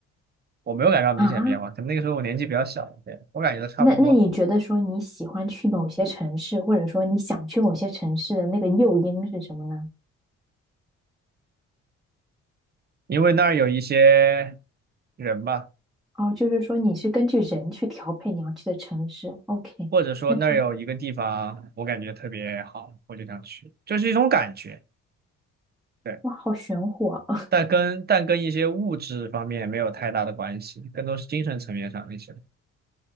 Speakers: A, on the right; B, in the centre.
A: 我没有感觉到明显的变化，
B: 啊，
A: 可能那个时候我年纪比较小，对，我感觉都差不多，
B: 那那你觉得说你喜欢去某些城市，或者说你想去某些城市的那个诱因是什么呢？
A: 因为那儿有一些人吧。
B: 哦，就是说你是根据人去调配你要去的城市。OK，
A: 或者说那儿有一个地方我感觉特别好，
B: 那
A: 我就想去，就是一种感觉，对，
B: 哇，好玄乎啊！<laughs>
A: 但跟但跟一些物质方面没有太大的关系，更多是精神层面上的一些。